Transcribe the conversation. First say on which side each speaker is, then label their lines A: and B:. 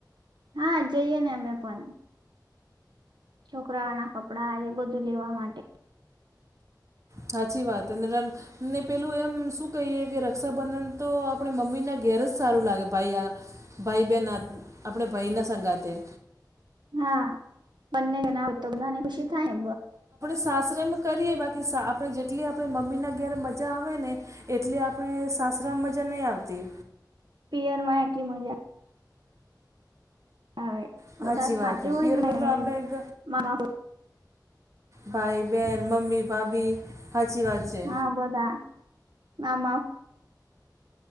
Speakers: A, on the right (about 80°); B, on the right (about 45°).
A: હા જઈએ ને અમે પણ. છોકરાઓ ના કપડા એ બધું લેવા માટે.
B: સાચી વાત એ ર ને પેલું એમ શું કહીએ કે રક્ષાબંધન તો આપણે મમ્મીના ઘેર જ સારું લાગે ભાઈ આ ભાઈ બહેન આપણે ભાઈના સંગાતે.
A: હા બંને જ ના હોય તો બધાને ખુશી થાય.
B: સસરા માં કરી બાકી આપણે જેટલી આપણે મમ્મીના ઘેરે મજા આવે ને એટલી આપણે સાસરામાં મા જન આવતી
A: પિયર માં એટલી મજા આવે
B: સાચચી
A: બધા
B: વાત
A: સાથે
B: હ
A: હોય
B: પયાર
A: ને
B: મે
A: બહેન
B: તો આપણે એક
A: મામા
B: ભાઈ બેહેન મમ્મી ભાભી સાચી વાત છે
A: હા બોધા નામ